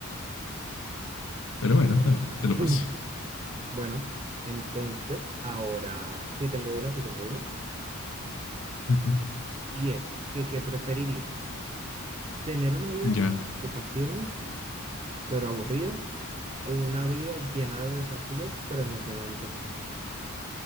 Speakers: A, on the left; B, on the right.
A: Pero bueno, está bien, te lo
B: <laughs>
A: paso.
B: Bueno, entonces, ahora, sí tengo una, sí tengo una.
A: Ujú.
B: Y es que, ¿qué preferirías? ¿Tener una vida sin
A: Ya,
B: ocupaciones, pero aburrida? ¿O una vida llena de desafíos, pero emocionante?